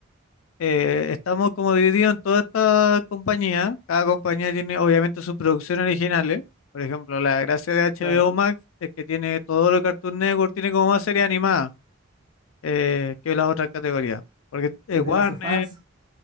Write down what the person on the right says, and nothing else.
claro.
Y
de las sofás,